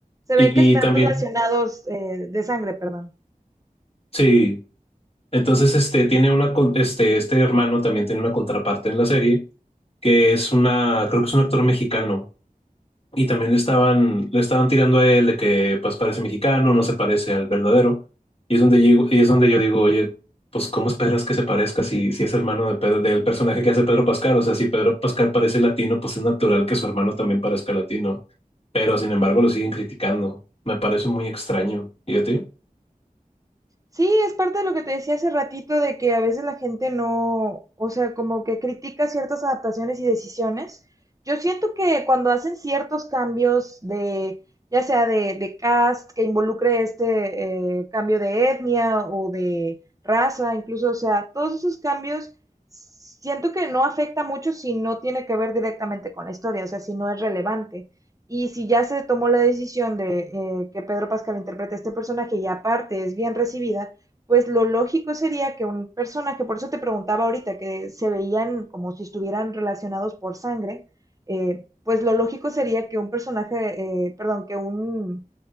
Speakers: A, on the right; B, on the left.
A: se
B: y,
A: ve que están
B: y también,
A: relacionados eh, de sangre, perdón.
B: sí, entonces este, tiene una, con- este, este hermano también tiene una contraparte en la serie, que es una, creo que es un actor mexicano Y también le estaban, le estaban tirando a él de que pues parece mexicano, no se parece al verdadero. Y es donde llego, y es donde yo digo, oye, pues ¿cómo esperas que se parezca si, si es hermano de Pedro- del personaje que hace Pedro Pascal? O sea, si Pedro Pascal parece latino, pues es natural que su hermano también parezca latino. Pero sin embargo lo siguen criticando. Me parece muy extraño. ¿Y a ti?
A: Sí, es parte de lo que te decía hace ratito de que a veces la gente no, o sea, como que critica ciertas adaptaciones y decisiones. Yo siento que cuando hacen ciertos cambios de, ya sea de, de cast, que involucre este eh, cambio de etnia o de raza, incluso, o sea, todos esos cambios, siento que no afecta mucho si no tiene que ver directamente con la historia, o sea, si no es relevante. Y si ya se tomó la decisión de eh, que Pedro Pascal interprete a este personaje y aparte es bien recibida, pues lo lógico sería que un personaje, por eso te preguntaba ahorita, que se veían como si estuvieran relacionados por sangre, eh, pues lo lógico sería que un personaje, eh, perdón, que un,